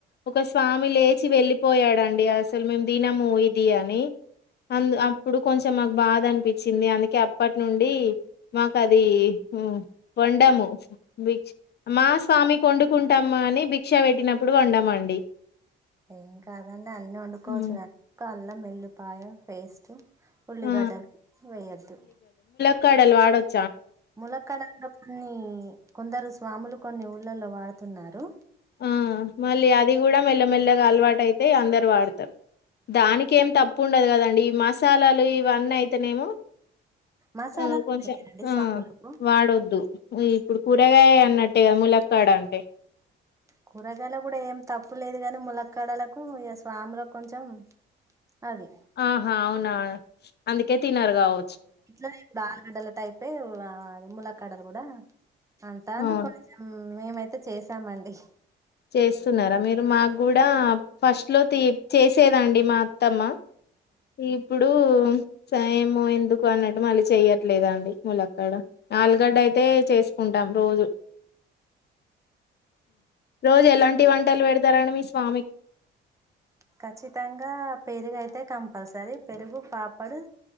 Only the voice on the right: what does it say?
ఇంకా అవి అన్న అన్ని వండుకోవచ్చు
గా <inaudible> కో అల్లం ఎల్లిపాయ పేస్ట్ ఉల్లిగడ్డలు
వెయ్యొద్దు
ములక్కడ <unintelligible> కొన్ని కొందరు స్వాములు కొన్ని లలో వాడుతున్నారు
మసాలా
వేయండి
స్వాములకు
కూరగాయల కూడా ఏం తప్పు లేదు గాని ములక్కడలకు ఇ స్వాములకు కొంచెం అది
ఇట్లనే దాలు గడ్డల తయిపే అది ములక్కడలు కూడా అంతా అంత
కొం మ్మ్ మేమైతే చేసామండి
ఖచ్చితంగా పెరుగు అయితే కంపల్సరీ పెరుగు పాపడు